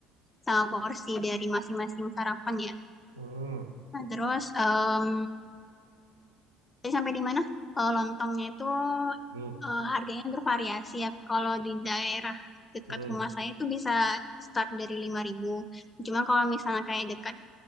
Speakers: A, on the left; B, on the right.
A: sama porsi dari masing-masing sarapan ya.
B: Hmm,
A: Nah, terus em, Tadi sampai di mana? Eh, lontongnya itu
B: hmm,
A: eh, harganya bervariasi ya. Kalau di daerah dekat
B: hmm.
A: rumah saya itu bisa start dari 5.000. Cuma kalau misalnya kayak dekat